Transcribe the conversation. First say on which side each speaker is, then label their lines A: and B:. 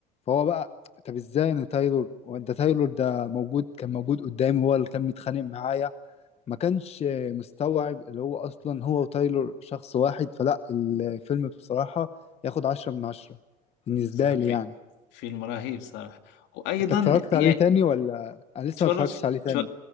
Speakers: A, on the left; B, on the left.
A: فهو بقى طب ازاي انا تايلور وانت تايلور ده موجود كان موجود قدامي هو اللي كان بيتخانق معايا ما كانش مستوعب اللي هو اصلا هو وتايلور شخص واحد فلا الفيلم بصراحة ياخد عشرة من عشرة بالنسبة
B: صح
A: لي
B: في
A: يعني
B: فيلم رهيب صراحة وأيضا
A: انت اتفرجت
B: يعني
A: عليه تاني ولا انا لسه
B: تفرج
A: ما اتفرجتش عليه تاني
B: تفرجت